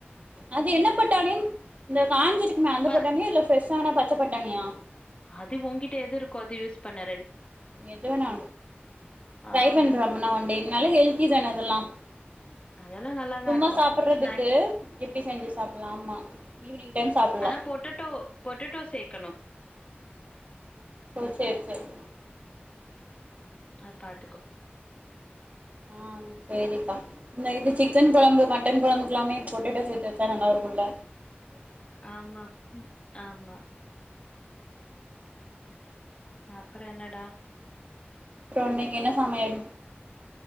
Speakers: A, on the right; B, on the left.
A: அது என்ன பட்டாணி‌ இந்த காஞ்சிருக்குமே அந்தப்
B: ப
A: ஒடனே இல்ல ஃப்ரெஷ்ஷா ஆனா பச்ச பட்டாணியா
B: அது உங்கிட்ட எது இருக்கோ அது யூஸ் பண்ணு
A: எது வேணா
B: ஆ
A: ட்ரை பண்ற அப்பனா ஒன்டே நல்லா ஹெல்திதான அதெல்லாம்
B: அதெல்லா நல்லாதா
A: சும்மா
B: இருக்கு
A: சாப்புடுறதுக்கு
B: ஸ்நாக்ஸ்
A: இப்டி செஞ்சு சாப்புலா ஆமா ஈவினிங் டைம் சாப்புட்லா
B: ஆனா பொட்டேட்டோ பொட்டேட்டோ சேக்கணு
A: ஓ செர் செர்
B: அது பாத்துக்கோ
A: ஆம் சேரிக்கா இந்த இது சிக்கன் கொழம்பு மட்டன் கொழம்புக்கெல்லாமே பொட்டேட்டோ சேத்து வெச்சா நல்லா இருக்குல்ல
B: ஆமா ம் ஆமா அப்பற என்னடா
A: சோ நீங்கென்ன சமயல்